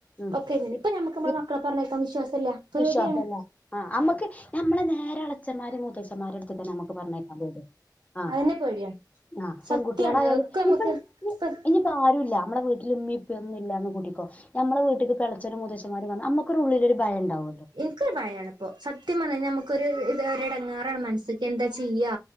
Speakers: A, on the left; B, on the right.
A: ഉം
B: ഒക്കെങ്ങനെ
A: ഇപ്
B: ഇപ്പൊ നമ്മുക്ക് നമ്മളെ
A: ഇപ്
B: മക്കളെ പറഞ്ഞേക്കാൻ വിശ്വാസല്ല പേടിയാണ്
A: വിശ്വാസല്ല ആഹ് അമ്മക്ക് ഞമ്മളെ നേരാളച്ചന്മാര് മൂത്തച്ഛന്മാരട്ത് ക്ക് നമ്മക്ക് പറഞ്ഞേക്കാൻ പേടിയാ ആഹ്
B: അതിനെ പേടിയാണ്
A: ആഹ് പെൺകുട്ടിയെളായാലും
B: സത്യാണ് അതൊക്കെ നമുക്ക്
A: ഇപ്പൊ ഇനി
B: ഇപ്പ
A: ഇനിയിപ്പാരുല്ല നമ്മടെ വീട്ടിലിമ്മയും പ്പൊയൊന്നുല്ലാന്ന് കൂട്ടിക്കോ ഞമ്മള വീട്ടക്ക് എളച്ചനും മൂത്തച്ചന്മാരും വന്നാ അമ്മക്കൊരുള്ളിലൊരു ഭയണ്ടാവും
B: എൻക്കൊരു ഭയാണ്പ്പോ സത്യം പർഞയ്ഞ്ഞാൽ നമുക്കൊരു ഇത് ഒര് എടങ്ങാറാണ് മൻസ്സ്ക്ക് എന്താ ചെയ്യാ